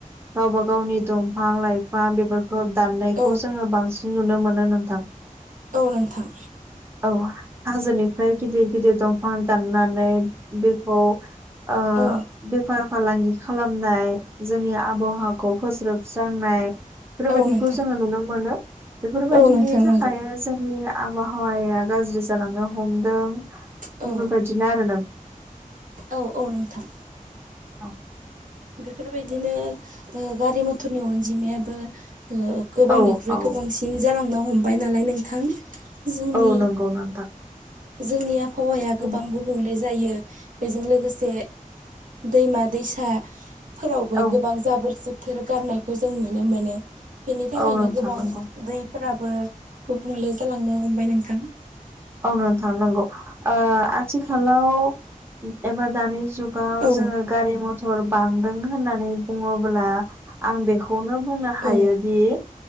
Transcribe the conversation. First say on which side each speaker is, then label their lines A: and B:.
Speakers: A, on the right; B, on the right.
A: गावबा गावनि दं फां लाइफां बेफोरखौ दाननायखौ
B: औ
A: जोङो बांसिन नुनो मोनो नोंथां।
B: औ नोंथां।
A: औ हाजोनिफ्राय गिदिर गिदिर दंफां दाननानै बेखौ ओ बे
B: औ
A: बेफार फालांगि खालामनाय जोंनि आबहावाखौ फोज्रोबस्रांनाय बेफोरबायदिखौ
B: औ नोंथां
A: जोङो नुनो मोनो बेफोरबायदिनि
B: औ नोंथां नंगौ
A: थाखाय जोंनि आबहावाया गाज्रि जालांनो हमदों।
B: औ
A: बेफोरबायदिनो आरो
B: औ औ नोंथां।
A: औ
B: बेफोरबायदिनो ओ गारि मथरनि अनजिमायाबो ओ गोबांनिख्रुइ
A: औ औ
B: गोबांसिन जालांनो हमबाय नालाय नोंथां जोंनि
A: औ नंगौ नोंथां।
B: जोंनि आबहावाया गोबां
A: नंगौ
B: गु बुंले जायो बेजों लोगोसे दैमा दैसा फोरावबो
A: औ
B: गोबां जाबोर जोथोर गारनायखौ जों नुनो मोनो। बेनि थाखायनो
A: औ नोंथां
B: गोबां
A: नंगौ
B: दैफोराबो गुबुंले जालांनो हमबाय नोंथां।
A: औ नोंथां नोंगौ ओ आथिखालाव एबा दानि जुगाव
B: औ
A: जोङो गारि म थर बांदों होननानै बुङोब्ला आं बेखौनो बुंनो हायोदि
B: औ